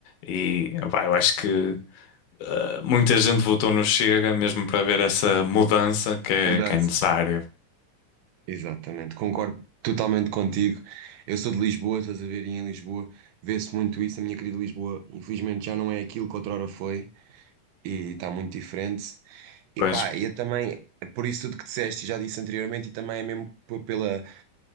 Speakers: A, on the left; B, on the right.
A: E opá, eu acho que eh, muita gente votou no Chega mesmo para ver essa mudança que é,
B: Mudança.
A: que é necessário.
B: Exatamente, concordo totalmente contigo. Eu sou de Lisboa, estás a ver, e em Lisboa vê-se muito isso. A minha querida Lisboa, infelizmente, já não é aquilo que outrora foi e está muito diferente. E
A: Pois.
B: pá, eu também, é por isso tudo que disseste, já disse anteriormente, e também é mesmo p- pela,